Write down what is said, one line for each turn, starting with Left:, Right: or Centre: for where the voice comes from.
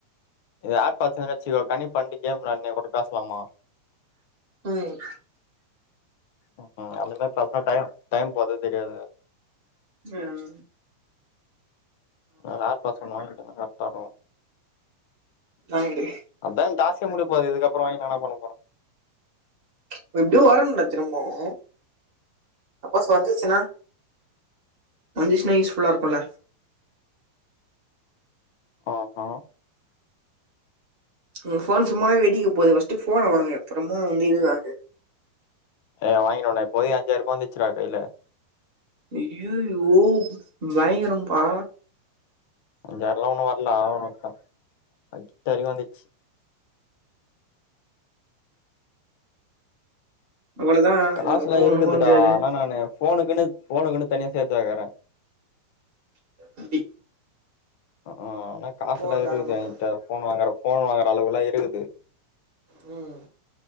Left: இது ஏர் பாட்ஸுனு நச்சிகோ கனி பன்டிக்கேம் வெளாணே ஓட்ட பேஸ்லாமா
Right: உ வய்
Left: ம்ம் அந்தமே பாஸ்னா டையு டைம் போதே தெரியாது
Right: மெம்
Left: அ ரார் பாட்ஸ் பன் வாங்கிட்டா கர்க்டாக்கு
Right: வாங்கிடு
Left: அதான் டாஸ்கே முடிய போதே இதுக்கப்றோ என்னடா பண்ண போறோ
Right: ப எப்டியு வரணுன்டா திரும்பவு அப்பாஸ் வந்துச்சுனா வன்ஜிஷ் நய்ஷ் ஃபுல்லா இருக்குல
Left: ஆஆ
Right: உன் ஃபோன் சும்மாய் வெடிக்க போது வஸ்ட்டு ஃபோன வாங்குங்க அப்றமா வந்து இதுவாங்கு
Left: ஏ வாங்கிண்ணொன்னே இப்போதே அஞ்சாய்ருபான் வெச்சிராத் கைல
Right: இய்யு ஓவ் பய்ங்கரம்பா
Left: அஞ்சார்லா ஒன்னு வர்ல <unintelligible> தெரி வந்துச்சு
Right: அவ்வளதா
Left: காஸ்லா
Right: இதுக்கப்புறோ
Left: இருக்குதுடா
Right: ஒண்ணு பண்ண முடியாது
Left: ஆனா நானு ஃபோனுக்குனு ஃபோனக்குனு தனியா சேத்து வக்கறே
Right: முடி
Left: அஆ நா காஸுலா
Right: போனுக்காக
Left: இருக்குது
Right: மட்டு
Left: என்கிட்ட ஃபோன் வாங்கற ஃபோன் வாங்குற அளவுல்லா இருக்குது
Right: ம்